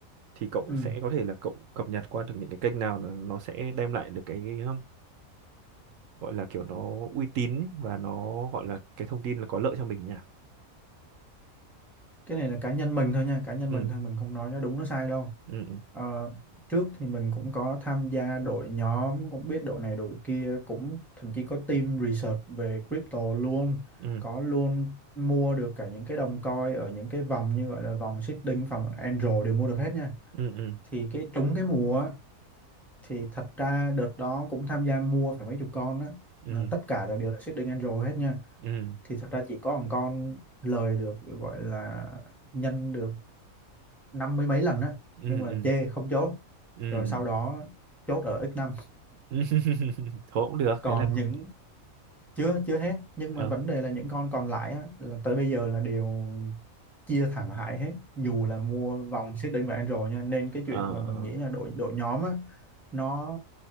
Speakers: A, on the right; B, in the centre.
A: thì cậu
B: ừ
A: sẽ có thể là cậu cập nhật qua được những cái kênh nào nó, nó sẽ đem lại được cái ờm, gọi là kiểu nó uy tín ấy, và nó gọi là cái thông tin là có lợi cho mình nhỉ
B: cái này là cá nhân mình thôi nha cá nhân
A: ừ
B: mình thôi mình không nói nó đúng nó sai đâu
A: ừ
B: Ờ, trước thì mình cũng có tham gia đội nhóm cũng biết đội này đội kia cũng thậm chí có team research về crypto luôn
A: ừ
B: có luôn mua được cả những cái đồng coin ở những cái vòng như gọi là vòng seeding vòng angel đều mua được hết nha
A: ừ ừ ừ
B: thì cái trúng cái mùa á, thì thật ra đợt đó cũng tham gia mua phải mấy chục con á
A: ừ
B: mà tất cả là đều là seeding angel hết nha
A: ừ
B: thì thật ra chỉ có một con lời được gọi là nhân được năm mươi mấy lần á
A: ừ
B: nhưng mà
A: ừ
B: chê không chốt
A: ừ
B: rồi sau đó chốt ở x năm
A: ừ. <laughs> thôi cũng được
B: còn
A: thế là cũng-
B: những chưa chưa hết nhưng
A: ờ
B: mà vấn
A: <laughs>
B: đề là những con còn lại á, là tới bây giờ là đều chia thẳng hại hết dù là mua vòng xích đinh và Android nha nên cái
A: ờ
B: chuyện mà
A: ờ.
B: mình nghĩ là đội đội nhóm á nó